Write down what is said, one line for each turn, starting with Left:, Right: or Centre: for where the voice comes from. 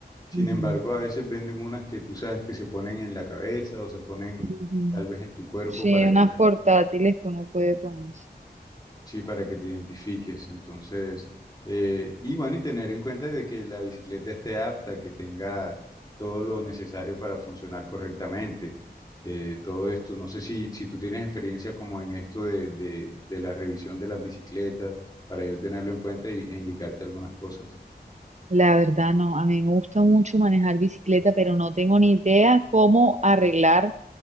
Left: sin
Right: Ujú.
Left: embargo, a veces venden unas que tú sabes que se ponen en la cabeza o se ponen
Right: Ujú.
Left: tal vez en tu cuerpo
Right: Sí,
Left: para
Right: unas
Left: que,
Right: portátiles que uno puede poner.
Left: sí, para que te identifiques. Entonces, eh, y bueno, y tener en cuenta de que la bicicleta esté apta, que tenga todo lo necesario para funcionar correctamente. Eh, todo esto, no sé si, si tú tienes experiencia como en esto de, de, de la revisión de las bicicletas, para yo tenerlo en cuenta y, e indicarte algunas cosas.
Right: La verdad no, a mí me gusta mucho manejar bicicleta, pero no tengo ni idea cómo arreglar,